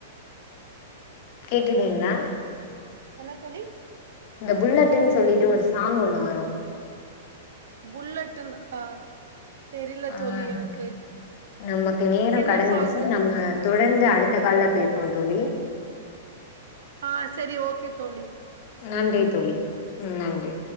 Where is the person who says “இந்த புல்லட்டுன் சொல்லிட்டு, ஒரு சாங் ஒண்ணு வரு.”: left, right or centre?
Left